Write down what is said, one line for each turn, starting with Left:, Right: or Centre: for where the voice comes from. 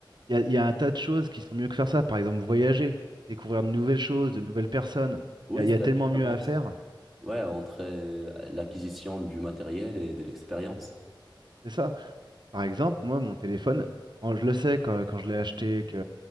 Right: Il y a, il y a un tas de choses qui sont mieux que faire ça. Par exemple, voyager, découvrir de nouvelles choses, de nouvelles personnes.
Centre: Ouais,
Right: Il y a, il
Centre: c'est
Right: y a
Centre: la
Right: tellement
Centre: différence.
Right: mieux à faire.
Centre: Ouais, entre euh, l'acquisition du matériel et de l'expérience.
Right: C'est ça. Par exemple, moi, mon téléphone, bon, je le sais quand, quand je l'ai acheté, que